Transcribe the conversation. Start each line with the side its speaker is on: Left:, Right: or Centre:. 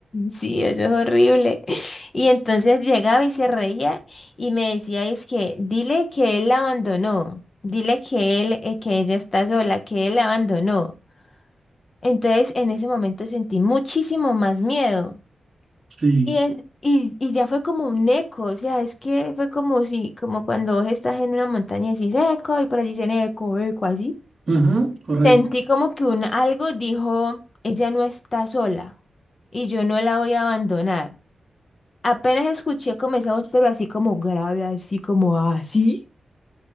Left: Sí, eso es horrible. <laughs> Y entonces llegaba y se reía y me decía, es que dile que él la abandonó, dile que él, eh, que ella está sola, que él la abandonó. Entonces, en ese momento sentí muchísimo más miedo.
Right: Sí.
Left: Y, es- y, y ya fue como un eco, o sea, es que fue como si, como cuando vos estás en una montaña y decís eco, y por allí dicen eco, eco, así.
Right: Ujú, correcto.
Left: Sentí como que un algo dijo, ella no está sola, y yo no la voy a abandonar. Apenas escuché como esa voz, pero así como grave, así como así.